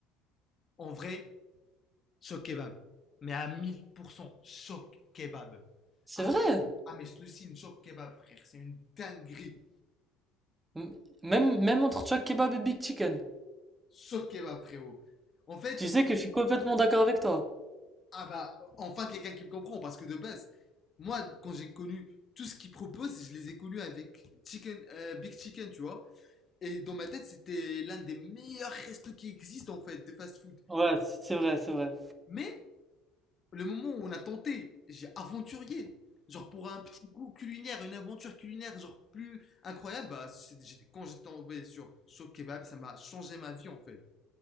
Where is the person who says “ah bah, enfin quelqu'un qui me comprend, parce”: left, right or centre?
Left